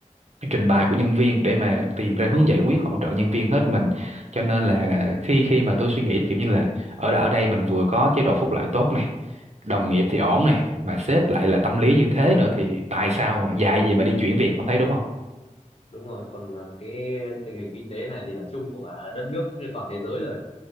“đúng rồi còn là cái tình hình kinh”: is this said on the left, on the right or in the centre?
Left